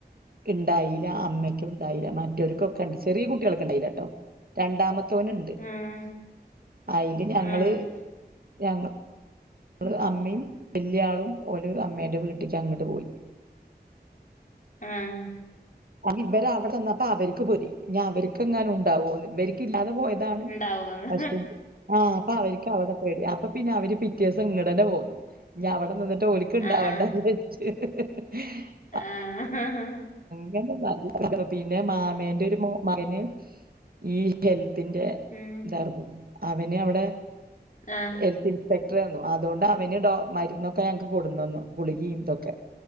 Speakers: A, on the right (about 60°); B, on the left (about 50°).
A: ഉണ്ടായീല്ല അമ്മക്കും ഉണ്ടായീല്ല. മറ്റവർക്കൊക്കെ ഉണ്ട്. ചെറിയ കുട്ടികൾക്ക്‌ ഉണ്ടായീല്ല കേട്ടോ. രണ്ടാമത് ത്തോന്ണ്ട്.
B: ആഹ്
A: അയില് ഞങ്ങള്,
B: ആഹ്
A: ഞങ്ങ നമ്മള് അമ്മയും വല്ല്യാളും ഒരു അമ്മേടെ വീട്ട്ക്ക് അങ്ങോട്ട് പോയി.
B: ആഹ്.
A: അത് ഇവര് അവിടെ നിന്നപ്പോ അവർക്ക് പേടി. ഇഞ്ഞവര്ക്ക് എങ്ങാനു ഉണ്ടാവോന്ന്. ഇവർക്കില്ലാതെ പോയത് അതാണ്.
B: ഉണ്ടാവോന്ന്
A: പക്ഷെ, ആഹ് അപ്പ അവർക്ക് അവിടെ പേടി. അപ്പൊ പിന്നെ അവര് പിറ്റേ ദിവസം ഇങ്ങടന്നെ പോന്നു. ഇനി അവിടെ നിന്നിട്ട് ഓലിക്ക് ഉണ്ടാവേണ്ട
B: ആഹ് ആഹ്
A: വിചാരിച്ചിട്ട് <unintelligible>
B: ആഹ്.
A: <inaudible> നല്ല <inaudible> പിന്നെ മാമേന്റെ ഒരു മകന് ഈ ഹെൽത്തിന്റെ
B: ഉം
A: ഇതാർന്നു. അവന് അവിടെ
B: ആഹ്.
A: ഹെൽത്ത് ഇൻസ്പെക്ടറാര്ന്നു. അതുകൊണ്ട് അവന് മരുന്നൊക്കെ ഞങ്ങക്ക് കൊടുന്ന് തന്നു. ഗുളികയും ഇതൊക്കെ.